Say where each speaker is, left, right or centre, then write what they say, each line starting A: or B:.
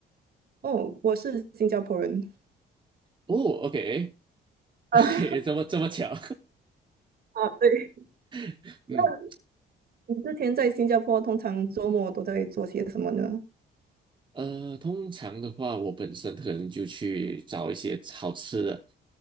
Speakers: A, on the right; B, on the right.
A: 哦，我是新加坡人。
B: 哦，OK，OK，
A: <laughs> 啊，
B: <laughs> 这么这么巧，
A: 啊，对，
B: <laughs> 嗯。
A: 那你之前在新加坡通常周末都在做些什么呢？
B: 呃，通常的话，我本身可能就去找一些好吃的，